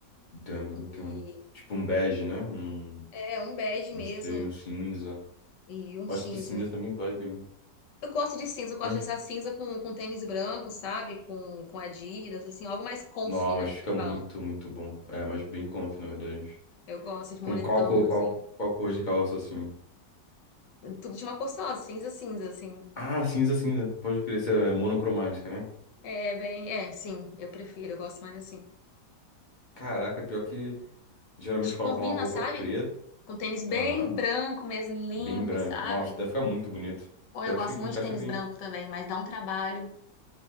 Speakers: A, on the left; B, on the left.
A: entendo,
B: E
A: entendo. Tipo um bege, né? Um,
B: é um bege
A: não
B: mesmo
A: sei, um cinza.
B: e um
A: Acho
B: cinza.
A: que cinza também vai bem.
B: Eu gosto de cinza, eu gosto
A: Mas,
B: de usar cinza com, com tênis branco, sabe? Com, com Adidas, assim, algo mais comfy,
A: não,
B: né?
A: mas fica
B: Que falam.
A: muito, muito bom. É, mas bem conf, na verdade.
B: Eu gosto de
A: Com
B: moletom,
A: qual cor, qual,
B: assim.
A: qual cor de calça, assim?
B: Tudo de uma cor só, cinza, cinza, assim.
A: Ah, cinza, cinza. Pode crer, essa é monocromática, né?
B: É bem. É, sim, eu prefiro, eu gosto mais assim.
A: Caraca, pior que geralmente
B: Acho que
A: colocam
B: Combina,
A: uma roupa
B: sabe?
A: preta,
B: Com tênis bem
A: aham,
B: branco mesmo, limpo,
A: bem branca.
B: sabe?
A: Nossa, deve ficar muito bonito.
B: Ou
A: Pior
B: eu gosto
A: que fica,
B: muito
A: encaixa
B: de tênis
A: bem.
B: branco também, mas dá um trabalho.